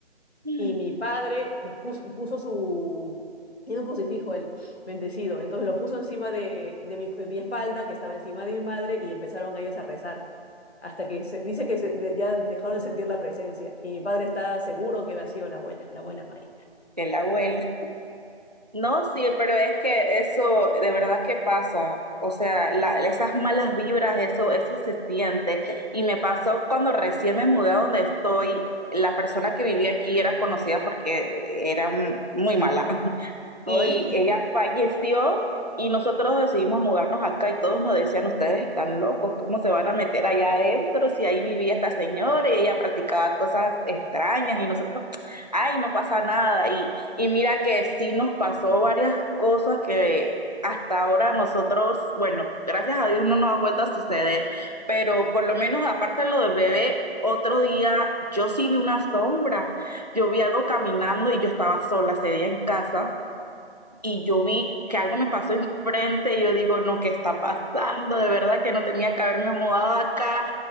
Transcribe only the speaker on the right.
<laughs>
Que la abuela. No, sí, pero es que eso de verdad que pasa. O sea, la- esas malas vibras, eso, eso se siente. Y me pasó cuando recién me mudé a donde estoy. La persona que vivía aquí era conocida porque era mm, muy mala y
ella falleció y nosotros decidimos mudarnos acá y todos nos decían, ustedes están locos, ¿cómo se van a meter allá adentro si ahí vivía esta señora y ella practicaba cosas extrañas y nosotros, ay, no pasa nada. Y, y mira que sí nos pasó varias cosas que... Hasta ahora nosotros, bueno, gracias a Dios no nos ha vuelto a suceder, pero por lo menos aparte de lo del bebé, otro día yo sí vi una sombra, yo vi algo caminando y yo estaba sola ese día en casa y yo vi que algo me pasó enfrente y yo digo, no, ¿qué está pasando? De verdad que no tenía que haberme mudado acá,